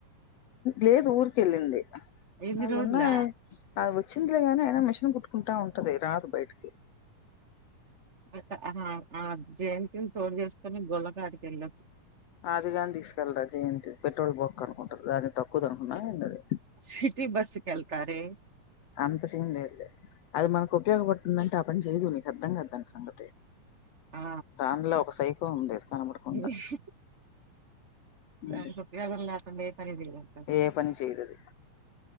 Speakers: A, on the left; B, on the right.
A: లేదు ఊరికెళ్ళింది
B: ఎన్ని
A: నావి
B: రోజులా
A: ఉన్నాయే అది వచ్చిందిలేగాని అయినా మిషన్ కుట్టుకుంటా ఉంటది రాదు బయటికి
B: అక్క ఆ జయంతిని తోడు చేసుకొని గొల్ల కాటికి వెళ్ళ
A: అదిగాని తీసుకెళ్తా జయంతి పెట్రోల్ బంక్ అనుక్కుంటాది దాన్ని తక్కువది అన్నది
B: సిటీ బస్సుకెళ్తారే
A: అంత సీన్ లేదులే అది మనకు ఉపయోగపడుతుందంటే ఆ పని చేయదు నీకు అర్థం కాదు దాన్ని సంగతి
B: ఆ
A: దానిలో ఒక సైకో ఉంది కనబడకుండా
B: ఉష్ దానికి
A: అంతే,
B: ఉపయోగం లేకుండా ఏ పని చేయదు
A: ఏ పని చేయదది